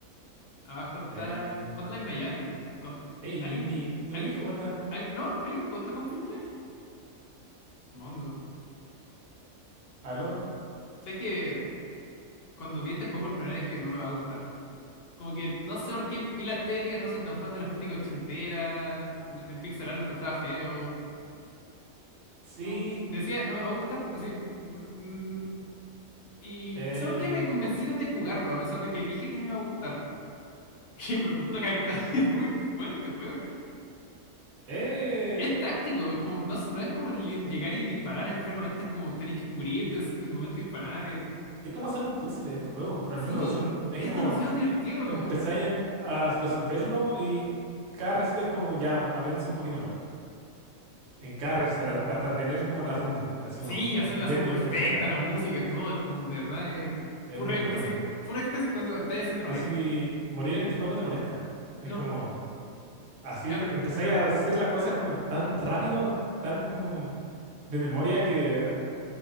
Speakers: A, on the left; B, on the right.
A: abajo está
B: Em,
A: Hotline Miami. Con-
B: hey,
A: ¿alguien,
B: Indy, ¿tú
A: alguien,
B: crees
A: ju-
B: que cuenta?
A: alguien- no, ¿alguien jugó este juego en Play 3? Supongo.
B: ¿Aló?
A: Sé que cuando vi este juego por primera vez dije no me va a gustar. Como que no sé por qué vi la estética, no soy tan fan de la estética ochentera, no- el pixel art lo encontraba feo.
B: Sí,
A: Como decía, no me va a gustar, así, no- mm, Y
B: eh,
A: no sé por qué me he convencido de jugarlo, a pesar de que dije que no me iba a gustar. <laughs> Y me gustó caleta, <laughs> es muy bueno este juego.
B: eh.
A: Es táctico, es como, no, es- no es como li- llegar y disparar enfermamente, es como tenés que cubrirte es el momento de disparar. es-
B: Es como hacer un puzzle este juego, por alguna
A: Sí,
B: razón. Es
A: es
B: como
A: demasiado divertido,
B: empezáis
A: como,
B: a, em- a resolverlo y cada receta es como ya avanza un poquito más. En cada receta, hasta hasta tener como la run, así
A: sí,
B: como
A: hacerla
B: del
A: así como
B: nivel
A: perfecta,
B: perfecta.
A: la música y todo, es como, de verdad, es
B: Es
A: puro
B: muy
A: éxtasis,
B: bueno.
A: puro éxtasis cuando estás haciéndolo
B: Así,
A: bien.
B: morir en este juego no te molesta. Es
A: No,
B: como, así
A: he
B: empezáis
A: aprendido
B: a hacer las cosas como tan rápido, tan como de memoria que al-